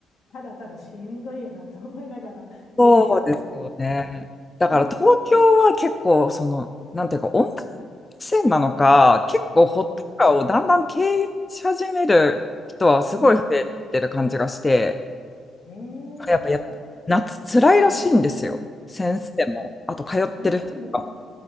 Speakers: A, on the left; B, on the left.
A: ただただしんどいよなと思いながら見てたんですけど、
B: そうですよね。だから東京は結構、
A: ねえ。
B: その、なんていうか、温帯
A: うん
B: 線なのか、結構ホットカーをだんだん経営し始める人はすごい増えてる感じがして、
A: うん、うんええ
B: やっぱや、夏辛いらしいんですよ。先生も、
A: いや、
B: あと通ってる人も。
A: 辛いんですよ。